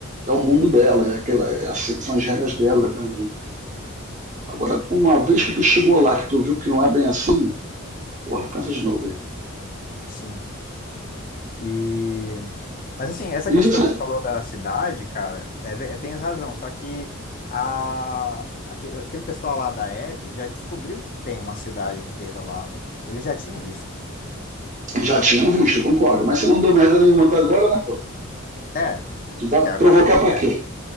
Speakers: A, on the right; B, on the left.
A: é o mundo dela, é aquela, é assim, são as regras dela. Né? Agora, uma vez que tu chegou lá, que tu viu que não é bem assim, porra, pensa de novo aí.
B: Sim. E... Mas assim, essa questão
A: E já,
B: que tu falou da cidade, cara, é, ve- é, tens razão, só que a... aque- aquele pessoal lá da Abby já descobriu que tem uma cidade inteira lá, né? Eles já tinham visto.
A: já tinham visto, concordo, mas você não deu merda nenhuma até agora, né, pô?
B: É,
A: Tu vai
B: até agora
A: provocar
B: não deu
A: pra
B: merda.
A: quê?